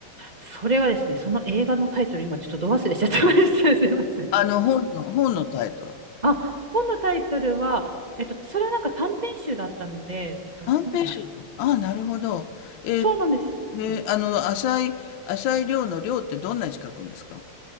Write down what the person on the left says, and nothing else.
あの、本の、本のタイトル。
短編集。
ああ、なるほど。えっと、
で、あの、浅い、浅い量の量ってどんな字書くんですか